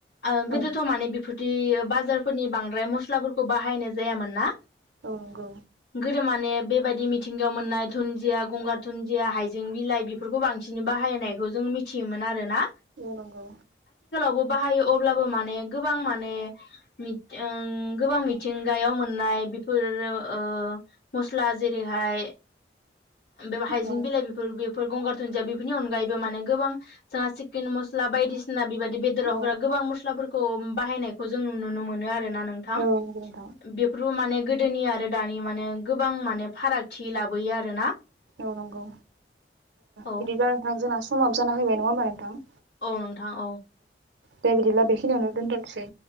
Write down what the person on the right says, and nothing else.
औ
औ नंगौ
औ नंगौ
औ
औ
औ नंगौ नोंथां
औ नंगौ
बिदि थां जोंना समा जाना फैबाय नंङा होनबा नोंथां
दे बिदिब्ला बेखिनियावनो दोनथ'नोसै